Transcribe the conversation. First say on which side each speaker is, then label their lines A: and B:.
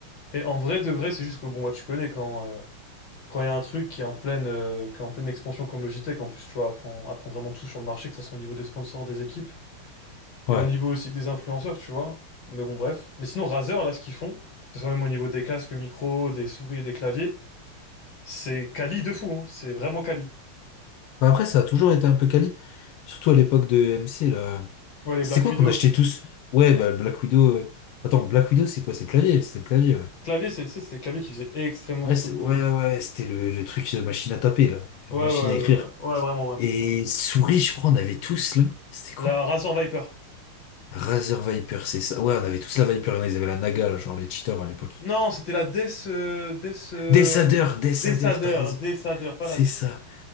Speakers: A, on the left; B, on the left.
A: Et en vrai de vrai, c'est juste que, bon, moi, tu connais quand. euh, quand il y a un truc qui est en pleine, euh, qui est en pleine expansion comme Logitech, en plus, tu vois, apprend, apprend vraiment tout sur le marché, que ce soit au niveau des sponsors, des équipes, et
B: Ouais.
A: au niveau aussi des influenceurs, tu vois. Mais bon, bref. Mais sinon, Razer, là, ce qu'ils font, que ce soit même au niveau des casques, micros, des souris et des claviers, c'est quali de fou, hein. C'est vraiment quali.
B: Bah après, ça a toujours été un peu quali, surtout à l'époque de MC, là.
A: Ouais, les
B: C'était
A: Black
B: quoi
A: Widow.
B: qu'on achetait tous? Ouais, bah, le Black Widow. euh, Attends, Black Widow, c'est quoi? C'est le clavier? C'était le clavier, ouais.
A: Clavier, c'est, c'est- c'était des claviers qui faisait extrêmement
B: Ouais,
A: beaucoup
B: c'est-
A: de
B: ouais,
A: bruit.
B: ouais, c'était le, le truc de machine à taper, là.
A: Ouais,
B: Machine
A: ouais, ouais,
B: à écrire.
A: ouais, Ouais, vraiment, vraiment.
B: Et
A: ouais.
B: souris, je crois, on avait tous, là. C'était quoi?
A: La Razer Viper.
B: Razer Viper, c'est ça. Ouais, on avait tous la Viper, il y en a, ils avaient la Naga, là, genre les cheaters à l'époque.
A: Non, c'était la Death, euh, Death, euh,
B: Dessadeur, Dessadeur,
A: Death Adder,
B: t'as raison.
A: Death Adder, pas
B: C'est
A: la Death.
B: ça.